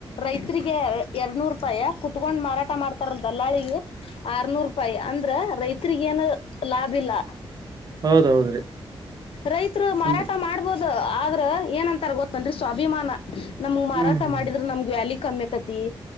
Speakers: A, on the left (about 75°); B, on the right (about 45°).
A: ರೈತ್ರಿಗೆ ಎರಡನೂರು ರೂಪಾಯಿ ಕುತ್ಕೊಂಡ್ ಮಾರಾಟಾ ಮಾಡ್ತಾರಲ್ಲ ದಲ್ಲಾಳಿಗೆ. ಆರ್ನೂರೂಪಾಯಿ ಅಂದ್ರ ರೈತ್ರಿಗೆ ಏನು ಲಾಭ ಇಲ್ಲಾ.
B: ಹೌದೌದ್ರಿ
A: ರೈತರು ಮಾರಾಟಾ
B: ಅಂದ್ರ
A: ಮಾಡ್ಬೋದು. ಆದ್ರ ಏನಂತಾರ ಗೊತ್ತನಡ್ರಿ ಸ್ವಾಭಿಮಾನಾ ನಮ್ಮಗ ಮಾರಾಟಾ
B: ಹ್ಮ್
A: ಮಾಡಿದ್ರ ನಮ್ಮಗ ವ್ಯಾಲಯಿ ಕಮ್ಮಿ ಅಕೇತಿ. ತ್ತಿ.